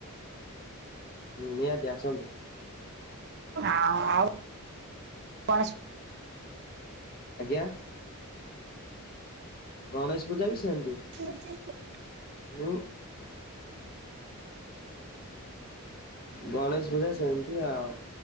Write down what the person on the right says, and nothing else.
ଆ-ଆଉ ପାସ୍
<unintelligible>